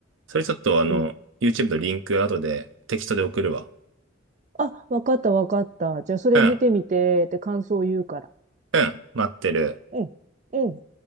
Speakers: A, on the right; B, on the right.
A: それちょっとあの、
B: うん。
A: YouTube のリンク後でテキストで送るわ。
B: あ、わかったわかった。じゃあそれ見てみて、
A: うん、
B: って感想を言うから。
A: うん、待ってる。
B: うん。うん。